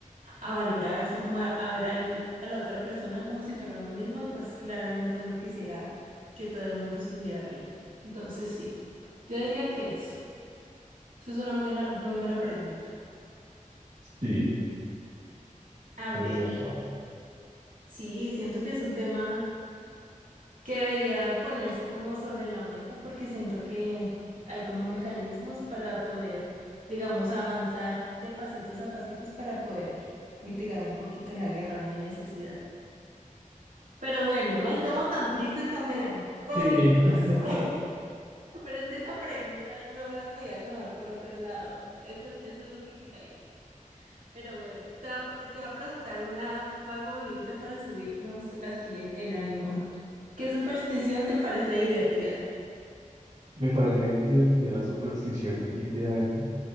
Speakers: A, on the right; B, on the right.
A: a valorarse, como a, a ver al- a la otra persona como si fuera uno mismo y pues claramente uno quisiera que todo el mundo estuviera bien. Entonces sí, yo diría que eso. Eso es una muy buena, muy buena pregunta.
B: Sí,
A: A ver,
B: es verdad.
A: sí, siento que es un tema que debería ponerse como sobre la mesa porque siento que hay como mecanismos para poder, digamos, avanzar de pasitos a pasitos para poder mitigar un poquito la guerra, no hay necesidad. Pero bueno, no estemos tan tristes, tan melancólicos.
B: Sí, <laughs>
A: <laughs> Pero es que esa pregunta no la podía tomar por otro lado. Eso, eso es lo que quitaría. Pero bueno, te va, a- te voy a preguntar una más movidita para subirnos aquí el, el ánimo. ¿Qué superstición te parece divertida?
B: me parece divertida la superstición de fin de año